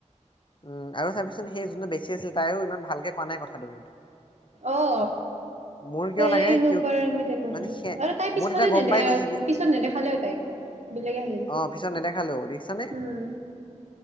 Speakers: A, on the left; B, on the right.
A: উম আৰু চাবিচোন সেই যোনটো বেছি গুচি আছিল তাইও ইমান ভালকে কোৱা নাই কথাটো কিন্তু
B: আহ
A: মোৰ কিয়
B: তেনে
A: লাগে
B: এনে
A: কি
B: উপমিতে কৰি
A: মানে
B: দিছোঁ
A: সে
B: আৰু তাই পিছফালে
A: মোৰ তেতিয়া গম
B: নেদে
A: পাই
B: আহ
A: গৈছে কি
B: পিছত নেদেখালেও তাইক বেলেগ আহিল
A: অ পিছত নেদেখালেও দেখিছানে
B: উম